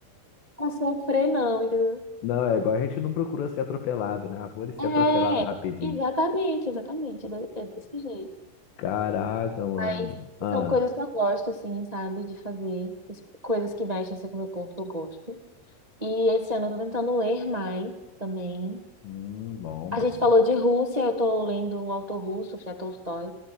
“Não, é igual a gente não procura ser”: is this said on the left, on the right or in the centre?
Left